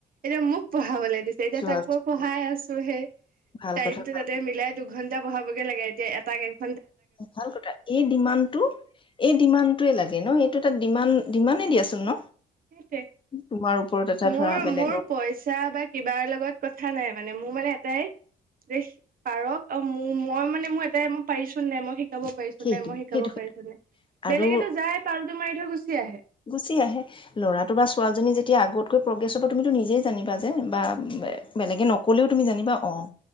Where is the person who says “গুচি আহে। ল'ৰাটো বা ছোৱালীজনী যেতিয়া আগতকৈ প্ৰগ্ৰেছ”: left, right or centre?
Left